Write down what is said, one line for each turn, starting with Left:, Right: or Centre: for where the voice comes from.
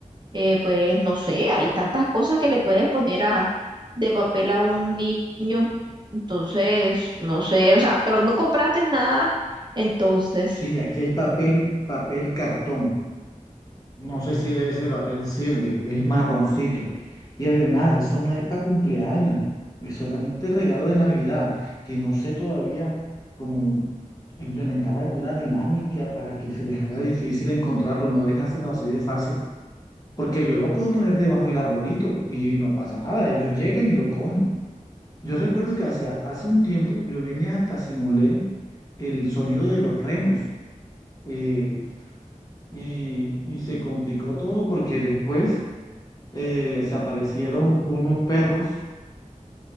Right: eh, pues no sé, hay tantas cosas que le puedes poner a, de papel a un niño. Entonces, no sé, o sea, pero no compraste nada. Entonces,
Left: Sí, aquí hay papel, papel cartón. No sé si ese papel sirve, es marroncito. Y además, eso no es para cumpleaños, es solamente regalo de Navidad, que no sé todavía cómo implementar alguna dinámica para que se les haga difícil encontrarlo, no dejárselo así de fácil, porque yo lo puedo poner debajo del arbolito y no pasa nada, ellos llegan y lo cogen. Yo recuerdo que hace, hace un tiempo yo vine hasta simulé el sonido de los renos. Eh, y, y se complicó todo porque después eh, desaparecieron unos perros